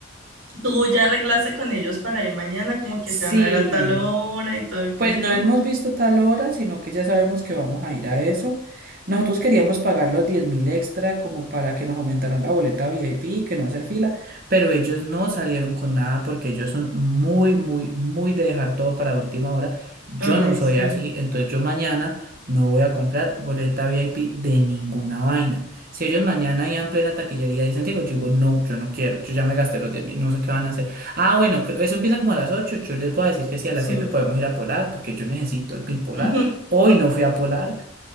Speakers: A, on the right (about 70°); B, on the right (about 45°).
A: ¿tú ya arreglaste con ellos para ir mañana? Como que
B: Sí.
A: se van a ver a tal hora y todo el cuento.
B: Pues no hemos visto tal hora, sino que ya sabemos que vamos a ir a eso. Nosotros queríamos pagar los diez mil extra como para que nos aumentaran la boleta VIP, que no hacer fila, pero ellos no salieron con nada porque ellos son muy, muy, muy de dejar todo para última hora. Yo
A: Ay,
B: no soy
A: sí,
B: así, entonces yo mañana no voy a comprar boleta VIP de ninguna vaina. Si ellos mañana ya en plena taquillería dicen, digo, yo digo, no, yo no quiero, yo ya me gasté los diez mil, no sé qué van a hacer. Ah, bueno, cre- eso empieza como a las 8. Yo les voy a decir que sí, a
A: sí.
B: las 7 podemos ir a Polar, porque yo necesito mi Polar.
A: <laughs>
B: Hoy no fui a Polar.